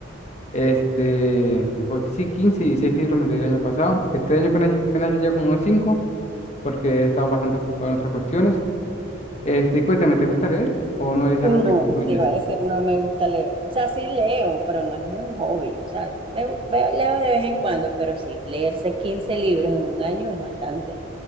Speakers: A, on the left; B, on the right.
A: Este, que fue que sí, 15 y 16 libros me leí el año pasado. Este año apenas, apenas ya como unos 5, porque he estado bastante ocupado en otras cuestiones. Este, y cuéntame, ¿te gusta leer o no es algo
B: no,
A: que te incluyes?
B: te iba a decir, no me gusta leer. O sea, sí leo, pero no es un hobby. O sea, me, gu- veo- leo de vez en cuando, pero sí, leerse 15 libros en un año es bastante.